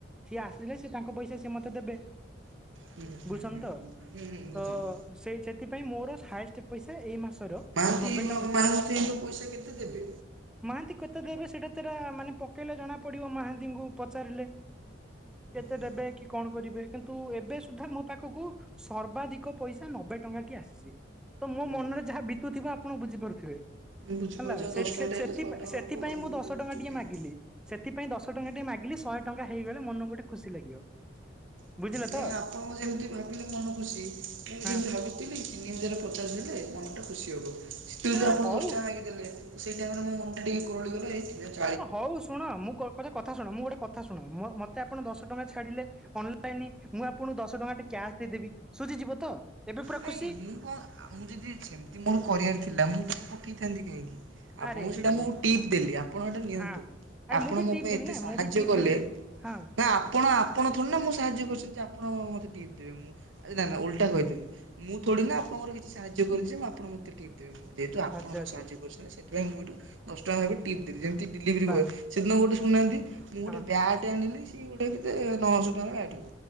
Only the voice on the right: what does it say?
ହୁଁ ହୁଁ
ହୁଁ
ହୁଁ ହୁଁ ବୁଝିଲି?
ମହାନ୍ତି
ମହାନ୍ତିଙ୍କୁ ପଇସା କେତେ ଦେବେ?
ହଁ
ହଁ
ହୁଁ।
ମୁଁ ବୁଝିପାରୁଛି
ଆଉ
ଦଶ ଟଙ୍କାଟେ
ହେଲେ ଶହେ ଟଙ୍କା
ହବ ଆଉ
ଗୋଟେ
ଗୁପଚୁପ୍
ଖାଇବି।
ନା
ଆପଣ ଯେମିତି ଭାବିଲେ ମନ ଖୁସି ମୁଁ ଯେମିତି
ଭାବ ପ ତିନି ହଜାରରେ ପଚାଶ ଦେଲେ ମନଟା ଖୁସି ହେବ ସେଥିବେରୁ
ଆପଣ
ଦଶଟଙ୍କା ମାଗି ଦେଲେ। ସେଇ ଟାଇମରେ ମୋ ମନ ଟା ଟିକେ <unintelligible> ଗ ହେଇଥିଲା।
ନାଇଁ
ମୁଁ କଣ? ମୁଁ ଯଦି ସେମିତି ମୋର କରିଆର ଥିଲା ମୁଁ ତେ ପଠେଇଥାନ୍ତି କାହିଁକି ଆପଣଙ୍କୁ
ସେଟା
ମୋ ଟିପ୍ ଦେଲି ଆପଣ ଏଇଟା ନିଅନ୍ତୁ
ଆପଣ
ମୋ
ପାଇଁ
ଏତେ
ସାହାଯ୍ୟ
କଲେ
ନା? ଆପଣ ଆପଣ ଥରେ ନା ମୁଁ ସାହାଯ୍ୟ କରିଛନ୍ତି ଆପଣ ମୋତେ ଟିପ୍ ଦେବେ ମୁଁ ଆ ନା ନା ଓଲ୍ଟା କହିଦେଲି? ମୁଁ ଥୋଡି ନା ଆପଣଙ୍କର କିଛି ସାହା ସାହାଯ୍ୟ କରିଛି ମୁଁ ଆପଣ ମୋତେ ଟିପ ଦେବି ମୁ ଯେହେତୁ ଆପଣ
ସାହାଯ୍ୟ କରିଛନ୍ତି ସେଥିପାଇଁ ଏଇଠି ଦଶଟା ଭାବେ ଟିପ୍ ଦେଲି ଯେମିତି ଡେଲିଭରି
ବଏ ସେଦିନ ଗୋଟେ ଶୁଣୁନାହାନ୍ତି ମୁଁ
ଗୋଟ ବ୍ୟାଗଟେ ଆଣିଲି। ସ ଗୋଟେ କେତେ ନଅଶହ ଟଙ୍କା ବ୍ୟାଗ୍